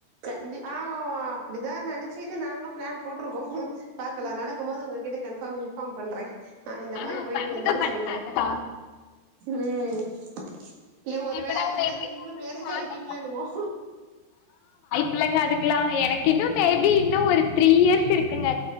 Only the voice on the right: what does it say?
கண்டிப்பா ஆ அப்படிதா நெனைச்சிட்டு நாங்களு பிளான் போட்டிருக்கோ பாக்கலா
நடக்கும் போது உங்க கிட்ட கன்பார்ம் இன்ஃபார்ம் பண்ற நா இந்த
மாரி போயிட்டு
வந்தேன்னு
சொல்றே
உம் இல்ல ஒருவேள
அதுக்குள்ள
நீங்களு
மேரேஜ்
ஆயிட்டுவீங்கலோ என்னுமோ